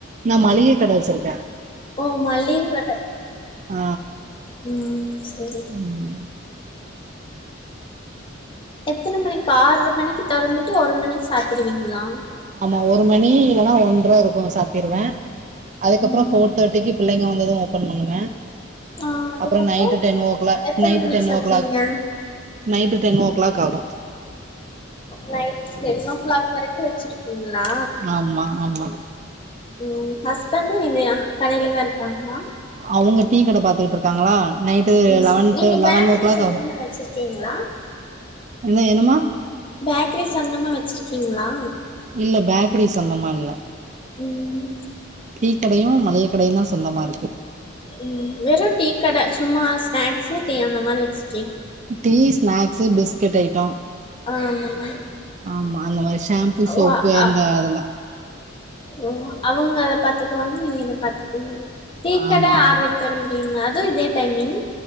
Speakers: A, on the right; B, on the left.
A: நா மளிக கட வச்சுருக்கே
B: ஓ மல்லிக கட
A: ஆ
B: ம் சரி
A: ம்
B: எத்தன மணிக் ஆறு மணிக்கு தொறந்துட்டு ஒரு மணிக் சாத்திடுவீங்களா
A: ஆமா ஒரு மணி இல்லன்னா ஒன்ற இருக்கு சாத்திருவே அதுக்கப்றோ
B: ம்
A: போர் தேர்ட்டிக்கு பிள்ளைங்க வந்தது ஓபன் பண்ணுவே
B: ஆ அதுக்கப்றோ
A: அப்றோ நைட்டு டென் ஓ க்ளா
B: எத்தன
A: நைட்டு
B: மணிக்கு
A: டென்
B: சாத்துவீங்க
A: ஓ க்ளாக் நைட்டு டென் ஓ கிளாக் ஆகு
B: நைட்டு டென் ஓ கிளாக் வரைக்கு வச்சிருப்பீங்ளா
A: ஆமா ஆமா
B: ஓ ஹஸ்பண்டு இதயா கடைல தா இருக்காங்களா
A: அவுங்க டீ கட பாத்துட் இருக்காங்களா நைட்டு
B: ம்
A: லெவன்டு
B: நீங்க
A: லெவன்
B: பேக்கரி
A: ஓ கிளாக்
B: சொந்தமா
A: ஆகு
B: வச்சிருக்கீங்களா
A: என்ன என்னமா
B: பேக்கிரி சொந்தமா வச்சிருக்கீங்ளா
A: இல்ல பேக்கிரி சொந்தமா இல்ல
B: ம்
A: டீ கடையு மளிகை கடையு தா சொந்தமா இருக்கு
B: ம் வெறு டீ கட சும்மா ஸ்நாக்ஸ் டீ அந்த மாரி வச்சு
A: டீ ஸ்நாக்ஸ் பிஸ்கட் ஐட்டோ
B: ஆ அந்த மாரி
A: ஆமா அந்த மாரி ஷேம்பு சோப்பு
B: ஓ ஆ
A: அந்த அதல்லா
B: ஓ அவங்க அத பாத்துக்குவாங்க நீங்க இத பாத்துப்பீங்க டீ கட
A: ஆமா
B: ஆற்ரைக்கு
A: ஆமா
B: தொறந்து வீங்க அதுவு இதே டைமிங்